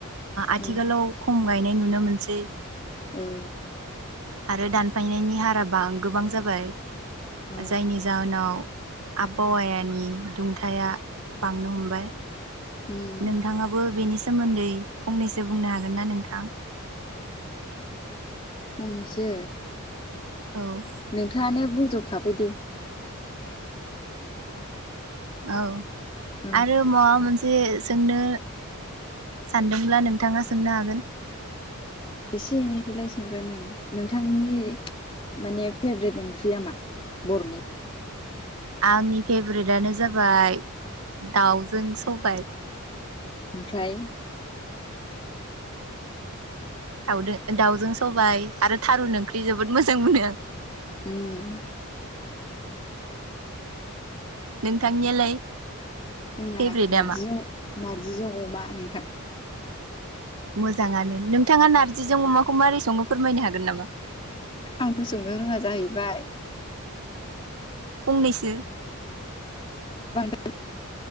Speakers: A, on the right; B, on the left.
A: आथिखालाव
B: औ
A: खम गायनाय नुनो मोनसै
B: औ
A: आरो दानफायनायनि हाराबां गोबां जाबाय
B: औ
A: जायनि जाहोनाव आबहावानि दुंथाया बांनो हमबाय
B: उम
A: नोंथाङाबो बेनि सोमोन्दै फंनैसो बुंनो हागोन ना नोंथां
B: फंनैसो
A: औ
B: नोंथाङानो बुंजोबखाबाय दे
A: औ
B: औ
A: आरो माबा मोनसे जे सोंनो सानदोंब्ला नोंथाङा सोंनो हागोन
B: एसे एनैखौलाय सोंगोन नोंथांनि माने फ्रेभेट ओंख्रियाामा बर'नि
A: आंनि फ्रेभेरेटानो जाबाय दाउजों सबाय
B: ओमफ्राय
A: दाउ दाउजों सबाय आरो थारुन ओंख्रि जोबोद मोजां मोनोआं
B: ऊं
A: नोंथांनियालाय
B: आंना
A: फेभरेटआ
B: नारजि
A: मा
B: नारजिजों अमा नोंथां
A: मोजाङानो नोंथाङा नारजिजों अमाखौ माबोरै सङो फोरमायनो हागोन नामा
B: आंथ' सोंनो रोङा जाहैबाय
A: फंनैसो
B: बां <unintelligible>